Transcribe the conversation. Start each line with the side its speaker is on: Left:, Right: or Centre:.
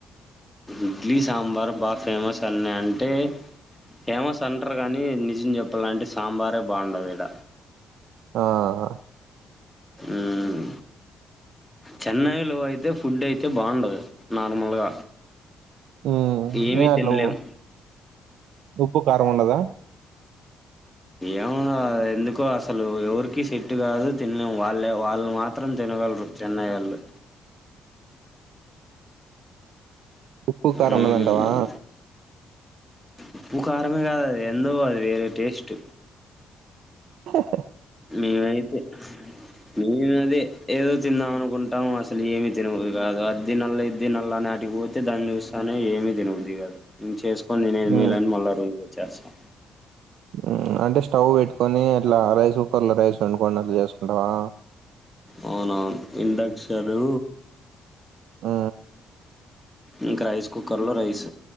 Centre: ఇడ్లీ సాంబార్ బాగా ఫేమస్ అన్నే అంటే. ఫేమస్ అంటారు కానీ నిజం చెప్పాలంటే సాంబారే బాగుండదు ఈడ.
Right: ఆహ
Centre: ఉమ్ చెన్నైలో అయితే ఫుడ్ అయితే బాగుండదు నార్మల్గా.
Right: మ్మ్
Centre: ఏమి
Right: ఏనట్లు
Centre: తినలేం
Right: ఉ ఉప్పు కారం ఉండదా.
Centre: ఏమన్నా ఎందుకో అసలు ఎవరికి సెట్ కాదు తినలేము వాళ్ళే వాళ్ళు మాత్రం తినగలరు. చెన్నైఒళ్లు
Right: పూ కారం
Centre: హ్మ్.
Right: ఉండదంటావా
Centre: ఉప్పు కారమే కాదది ఎందో అది వేరే టేస్ట్
Right: హే హే
Centre: మేమైతే మేమదే ఏదో తిందాం అనుకుంటాము అసలు ఏమి తినం కాదు అద్దినల్ల ఇదినల్ల అనటికిపో తే దాన్ని చూస్తానే ఏమి తినబుద్ది కాదు. ఇంచేసుకొనినేదిమేలని
Right: హ్మ్.
Centre: మళ్ళా రూమ్కొచ్చేస్తం.
Right: మ్మ్ అంటే స్టవ్ పెట్టుకని అట్లా రైస్ కుక్కర్ లో రైస్ వండుకోని అట్లా చేసుకుంటావా.
Centre: అవునవును ఇండక్షను
Right: మ్మ్
Centre: ఇంక రైస్ కుక్కర్లో రైస్